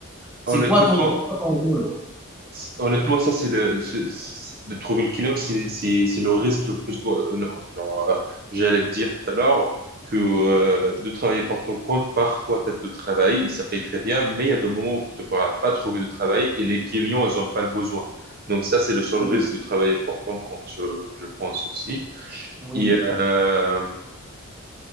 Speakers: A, in the centre; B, on the right.
A: C'est
B: Honnêtement,
A: quoi ton, quoi ton rôle?
B: c- honnêtement, ça, c'est le, c'est- c'est- de trouver le client, c'est, c'est, c'est le risque le plus gros. Euh, non, genre, euh, j'allais te dire tout à l'heure que, euh, de travailler pour ton compte, parfois, t'as de travail, il ça paye très bien, mais il y a des moments où tu ne pourras pas trouver de travail et les clients, ils n'ont pas le besoin. Donc, ça, c'est le seul
A: Oui,
B: risque de travailler pour ton compte, je, je pense aussi.
A: oui.
B: Et, euh,